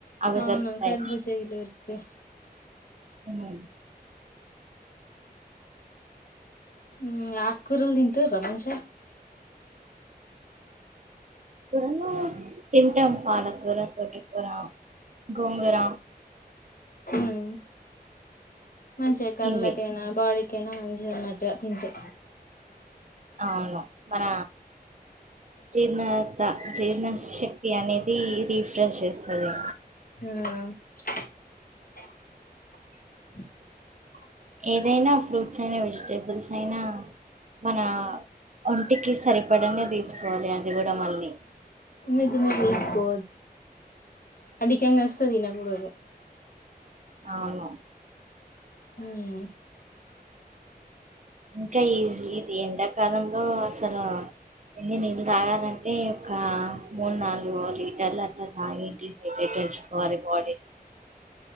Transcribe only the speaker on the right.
అవి
దొరుకుతాయి
ఉమ్.
ఇర తింటం పాల కూర తోట కూరం గోంగుర
ఇవి
అవును మన జీర్ణత జీర్ణ శక్తి అనేది రీఫ్రెష్ చేస్తది
ఏదైనా ఫ్రూట్స్ అయినా వెజిటేబుల్స్ అయినా మన ఒంటికి సరిపడనే తీసుకోవాలి అది కూడా మళ్ళీ
అవును
ఇంకా ఈజీ ఇది ఎండాకాలంలో అసలు ఎ నీళ్ళు తాగలంటే ఒక మూడు నాలుగు లీటర్లా అట్లా తాగితే తెకోవాలి బాడీని